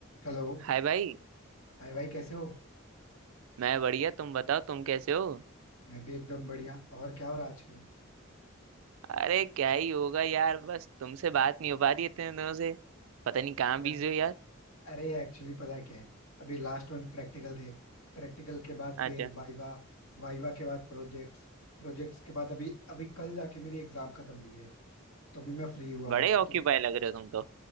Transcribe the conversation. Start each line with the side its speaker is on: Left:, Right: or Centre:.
Left: हेलो
Right: हाय भाई
Left: हाय भाई कैसे हो
Right: मैं बढ़िया तुम बताओ तुम कैसे हो
Left: मैं भी एकदम बढ़िया और क्या हो रहा है आजकल
Right: अरे क्या ही होगा यार बस तुमसे बात नहीं हो पा रही इतने दिनों से पता नहीं कहाँ
Left: यार
Right: बिजी हो यार
Left: अरे एक्चुअली पता है क्या है अभी लास्ट मंथ प्रैक्टिकल थे प्रैक्टिकल के बाद
Right: अच्छा
Left: फिर वाइवा वाइवा के बाद प्रोजेक्ट्स प्रोजेक्ट्स के बाद अभी अभी कल जाके मेरी एग्जाम खत्म हुई है तो अभी मैं फ्री हुआ हूँ
Right: बड़े ऑक्यूपाई
Left: तो फिर
Right: लग रहे हो तुम तो